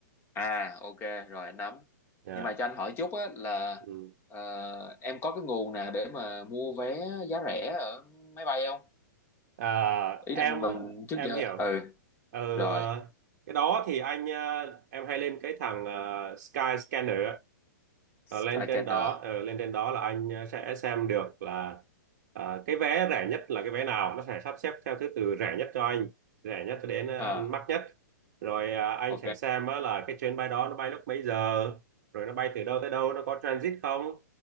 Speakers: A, on the left (about 25°); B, on the right (about 55°).
A: à ok rồi anh nắm
B: dạ
A: nhưng mà cho anh hỏi chút á là
B: ừ.
A: ờ, em có cái nguồn nào để mà mua vé giá rẻ ở máy bay không
B: à,
A: ý
B: em
A: là mình trước
B: em
A: giờ
B: hiểu
A: ừ
B: ờ,
A: rồi
B: ờ, cái đó thì anh ờ, em hay lên cái thằng ờ, Sky Scanner Ờ,
A: Skycanner
B: lên trên đó ờ, lên trên đó là anh ờ, sẽ xem được là ờ, cái vé rẻ nhất là cái vé nào nó sẽ sắp xếp theo thứ tự rẻ nhất cho anh rẻ nhất cho đến ờ,
A: à
B: mắc nhất rồi ờ, anh
A: ok
B: sẽ xem á là cái chuyến bay đó nó bay lúc mấy giờ rồi nó bay từ đâu tới đâu nó có transit không